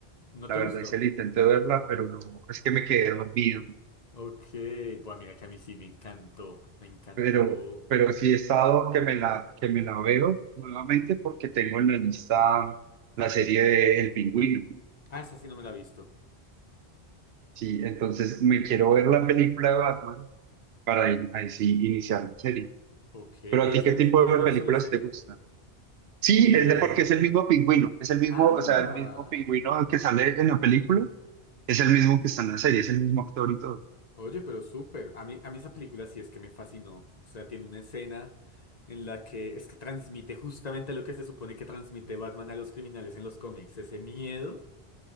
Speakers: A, on the left; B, on the right.
A: ¿No
B: la
A: te
B: verdad,
A: gustó?
B: hice el intento de verla, pero no, es que me quedé dormido.
A: Ok, bueno, mira que a mí sí me encantó, me encantó.
B: Pero, pero sí he estado que me la, que me la veo nuevamente porque tengo en la lista la serie de El Pingüino.
A: Ah, esa sí no me la he visto.
B: Sí, entonces me quiero ver la película de Batman para ahí, ahí sí iniciar la serie.
A: Ok, ¿y
B: Pero a ti,
A: es
B: ¿qué
A: del
B: tipo
A: mismo universo
B: de películas
A: la serie?
B: te gustan? Sí,
A: Eh,
B: es de porque es el mismo pingüino, es el mismo,
A: ah,
B: o sea, el mismo pingüino que sale en la película, es el mismo que está en la serie, es el mismo actor y todo.
A: oye, pero súper. A mí, a mí esa película sí es que me fascinó. O sea, tiene una escena en la que es que transmite justamente lo que se supone que transmite Batman a los criminales en los cómics, ese miedo.